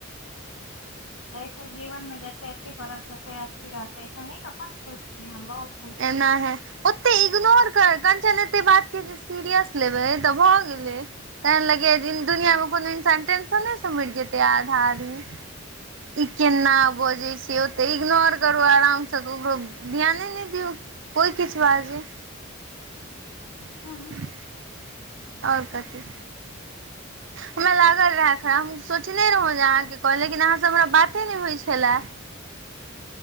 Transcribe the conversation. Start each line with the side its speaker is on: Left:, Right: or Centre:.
Left: एहिसे जीवन मे जते अथी करब तते अथी रहतै स न अपन खुश छी हम बहुत खुश
Right: एनाहे
Left: छी
Right: ओते इग्नोर कर कंचन एते बात के जे सीरियस लेबै तऽ भऽ गेलै तहन लगैया जे दुनिया मे कोनो इन्सान टेंसनो से मइर जते आधा आदमी ई केना बजे छै ओते इग्नोर करु आराम से ककरो ध्यान ने हुह कोइ किछु बजैए <inaudible>
Left: हूँ
Right: ओर कथी
Left: <inaudible>
Right: हमरा लागल रहा खराब हम सोचने रहौ जे अहाँ के कह लेकिन अहाँ से हमरा बाते नहि होइत छले